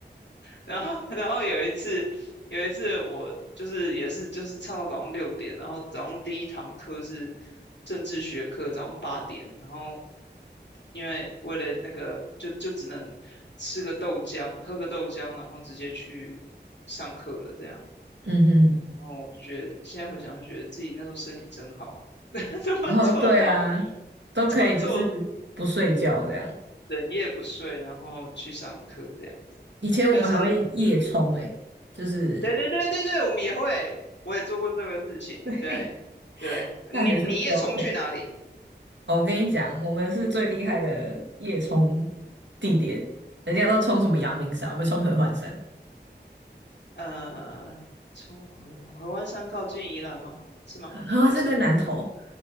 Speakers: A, on the left (about 75°); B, on the right (about 85°).
A: 然后 <laughs> 然后有一次有一次我就是也是就是唱到早上六点，然后早上第一堂课是政治学课，早上八点，然后因为为了那个就就只能吃个豆浆，喝个豆浆，然后直接去上课了这样。
B: 嗯哼，
A: 然后我就觉得现在回想，就觉得自己那时候身体真好，<laughs> 怎么做到
B: 然后对啊，都可以就是不睡觉这样。
A: 怎么做整夜不睡，然后去上课这样子。
B: 以前我们还会夜冲诶，
A: 但是，嗯，
B: 就是
A: 对对对对对，我们也会，我也做过这个事情。
B: <laughs> 对，
A: 对对，你你也冲去哪里？
B: 大学生标配。哦，我跟你讲，我们是最厉害的夜冲地点，人家都冲什么阳明山，我们冲合欢山。
A: 呃，冲河河湾山靠近宜兰吗？是吗？
B: 合合欢山在南投，
A: 不是，